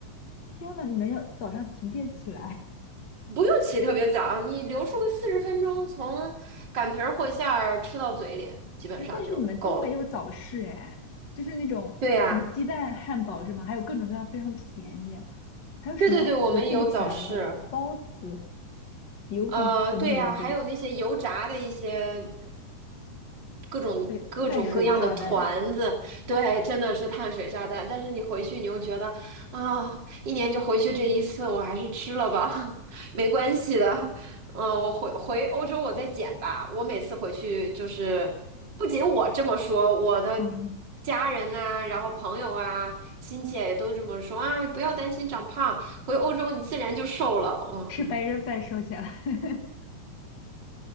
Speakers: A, on the left (about 40°); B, on the right (about 35°).
A: 天呐，你们要早上几点起来？
B: 不用起特别早，你留出个四十分钟，从擀皮儿和馅儿吃到嘴里，基本上就够了。
A: 哎，但是你们东北有早市哎，就是那种什么鸡蛋汉堡是吗？
B: 对呀、
A: 还有各种各样非常便宜，还有什么我我记不起来了，
B: 对对对，我们有早市。
A: 包子、油饼有没有油饼？
B: 呃，对呀，还有那些油炸的一些各种各种各样的团子，
A: 对，碳水炸弹，
B: 对，真的是碳水炸弹。但是你回去，你又觉得啊，一年就回去这一次，我还是吃了吧，<laughs> 没关系的。嗯，我回回欧洲我再减吧。我每次回去就是，不仅我这么说，我的
A: 嗯，
B: 家人啊，然后朋友啊、亲戚也都这么说啊，不要担心长胖，回欧洲你自然就瘦了。嗯嗯。
A: 吃白人饭瘦下来，<laughs>